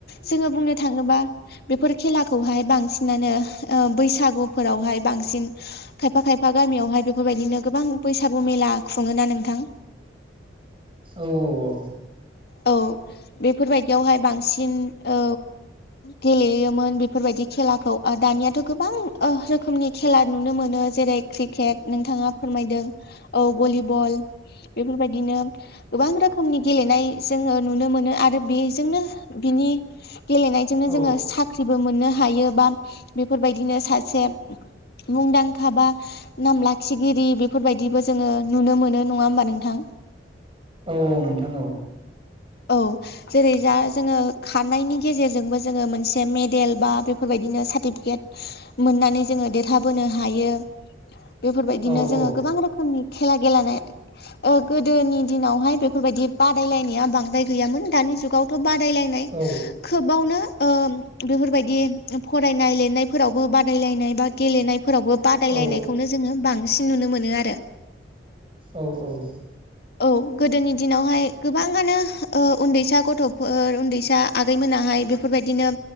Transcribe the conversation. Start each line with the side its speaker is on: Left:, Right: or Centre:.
Left: जोङो बुंनो थाङोबा बेफोर खेलाखौहाय बांसिनानो ओ बैसागुफोरावहाय बांसिन खायफा खायफा गामियावहाय बेफोरबायदिनो गोबां बैसागु मेला खुङोना नोंथां?
Right: औ औ औ।
Left: औ बेफोरबायदियावहाय बांसिन औ गेलेयोमोन बेफोरबादि खेलाखौ दानियाथ' गोबां ओ रोखोमनि खेला नुनो मोनो जेरै क्रिकेट नोंथाङा फोरमायदों। औ भलिबल बेफोरबादिनो गोबां रोखोमनि गेलेनाय जोङो नुनो मोनो आरो बेजोंनो बिनि गेलेनायजोंनो
Right: औ
Left: जोङो साट साख्रिबो मोननो हायो बा बेफोरबायदिनो सासे मुंदांखा बा नाम लाखिगिरि बेफोरबादिबो जोङो नुनो मोनो आरो नङा होमबा नोंथां
Right: औ औ नोंथां औ।
Left: औ। जेरै जा जोङो खारनायनि गेजेरजोंबो जोङो मोनसे मेडेल बा बेफोरबायदिनो सार्टिफिकेट मोननानै जोङो देरहाबोनो हायो बेफोरबायदिनो
Right: औ औ
Left: जोङो गोबां रोखोमनि खेला गेलनाय ओ गोदोनि दिनावहाय बेफोरबायदि बादायलायनाया बांसिन दानि जुगावथ बादायलायनाय
Right: औ
Left: खोबावनो ओ बेफोरबादि बे फरायनाय लिरनायफोरावबो बादायलायनाय बा गेलेनायफोरावबो बादायलायनायखौनो
Right: औ
Left: जोङो बांसिन नुनो मोनो आरो
Right: औ औ
Left: औ गोदोनि दिनावहाय गोबाङानो ओ उन्दैसा गथ'फोर उन्दैसा आगै मोनाहाय बेफोरबायदिनो